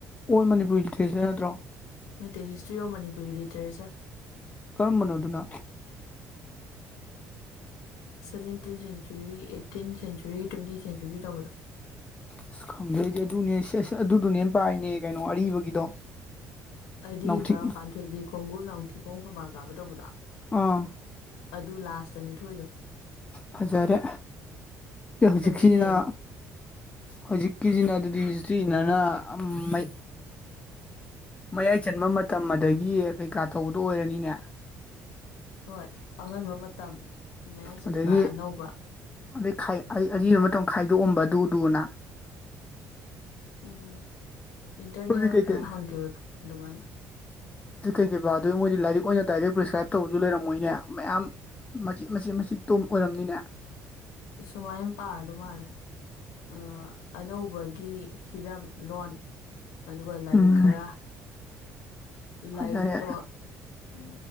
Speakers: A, on the left; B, on the left.
A: on Manipuri literature ꯅꯠꯇ꯭ꯔꯣ
B: ꯅꯠꯇꯦꯍꯦ ꯍꯤꯁꯇ꯭ꯔꯤ ꯑꯣꯐ ꯃꯅꯤꯄꯨꯔꯤ ꯂꯤꯇꯔꯦꯆ꯭ꯔ
A: ꯀꯔꯝꯕꯅꯣ ꯑꯗꯨꯅ
B: seventeen century eighteen century twenty century ꯇꯧꯕꯗꯣ
A: ꯑꯁ ꯈꯪꯗꯦ ꯑꯩꯗꯤ ꯑꯗꯨꯅꯦ ꯁꯦ ꯁꯦ ꯑꯗꯨꯗꯨꯅꯦ ꯄꯥꯏꯅꯦ ꯀꯩꯅꯣ ꯑꯔꯤꯕꯒꯤꯗꯣ
B: ꯑꯔꯤꯕ
A: ꯅꯥꯎꯊꯤꯛ
B: ꯄꯥꯟꯊꯣꯏꯕꯤ ꯈꯣꯡꯒꯨꯜ ꯅꯥꯎꯊꯤꯈꯣꯡ ꯐꯝꯕꯥꯜ ꯀꯥꯕ ꯇꯧꯕꯗꯣ
A: ꯑ
B: ꯑꯗꯨ ꯂꯥꯁꯇꯅꯤ ꯊꯣꯛꯏꯗꯣ
A: ꯐꯖꯔꯦ ꯍꯧꯖꯤꯛꯁꯤꯅ
B: ꯐꯖꯅ ꯌꯦꯡꯉꯨ
A: ꯍꯧꯖꯤꯛꯀꯤꯁꯤꯅ ꯑꯗꯨꯗꯤ ꯍꯤꯁꯇ꯭ꯔꯤꯅꯅ ꯑꯝ ꯃꯩ ꯃꯌꯥꯏ ꯆꯟꯕ ꯃꯇꯝ ꯑꯗꯒꯤ ꯀꯩꯀꯥ ꯇꯧꯕꯗꯣ ꯑꯣꯏꯔꯅꯤꯅꯦ
B: ꯍꯣꯏ ꯑꯉꯟꯕ ꯃꯇꯝ ꯃꯌꯥꯏ ꯆꯟꯕ
A: ꯑꯗꯒꯤ
B: ꯑꯅꯧꯕ
A: ꯑꯗꯩ ꯈꯥꯏ ꯑꯩ ꯑꯔꯤꯕ ꯃꯇꯝ ꯈꯥꯏꯗꯣꯛꯑꯝꯕ ꯑꯗꯨ ꯗꯨꯅ
B: ꯎꯝ ꯏꯟꯇ꯭ꯔꯅꯦꯜꯗ
A: ꯍꯧꯖꯤꯛ ꯀꯩꯀꯩ
B: ꯍꯪꯒꯤꯕꯗꯣ ꯑꯗꯨꯃꯥꯏꯅ
A: ꯑꯗꯨ ꯀꯩ ꯀꯩꯥ ꯄꯥꯗꯣꯏꯕ ꯃꯣꯏꯗꯤ ꯂꯥꯏꯔꯤꯛ ꯑꯣꯏꯅ ꯗꯥꯏꯔꯦꯛ ꯄ꯭ꯔꯤꯁꯀ꯭ꯔꯥꯏꯞ ꯇꯧꯕꯖꯨ ꯂꯩꯔꯝꯃꯣꯏꯅꯦ ꯃꯌꯥꯝ ꯃꯆꯤꯠ ꯃꯆꯤꯠ ꯃꯆꯤꯠ ꯇꯨꯝ ꯑꯣꯏꯔꯝꯅꯤꯅꯦ
B: ꯁꯨꯃꯥꯏ ꯄꯥꯒꯗꯧ ꯃꯥꯜꯂꯦ ꯑ ꯑꯅꯧꯕꯒꯤ ꯍꯤꯔꯝ ꯂꯣꯟ ꯑꯗꯨꯒ ꯂꯥꯏꯔꯤꯛ
A: ꯎꯝ
B: ꯈꯔ
A: ꯐꯖꯔꯦ
B: ꯂꯥꯢꯔꯤꯛꯇꯣ ꯎꯝ